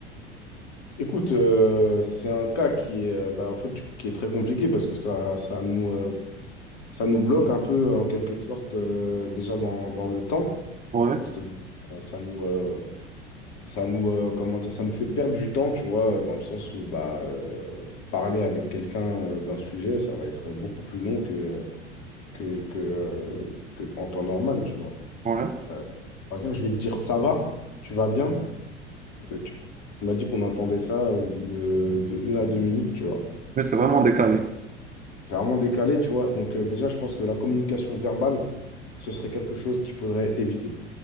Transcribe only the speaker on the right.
Ouais,
ouais.
Mais c'est vraiment décalé.